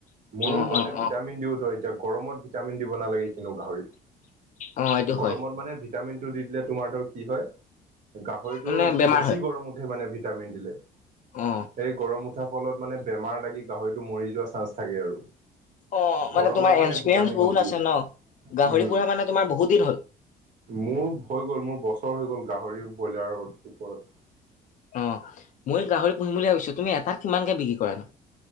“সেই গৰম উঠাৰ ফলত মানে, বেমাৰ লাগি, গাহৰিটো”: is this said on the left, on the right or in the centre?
Right